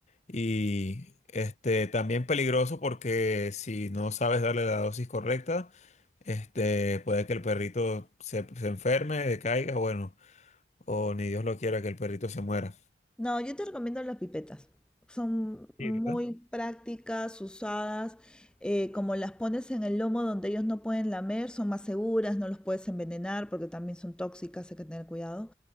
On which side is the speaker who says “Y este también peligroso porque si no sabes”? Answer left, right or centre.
Left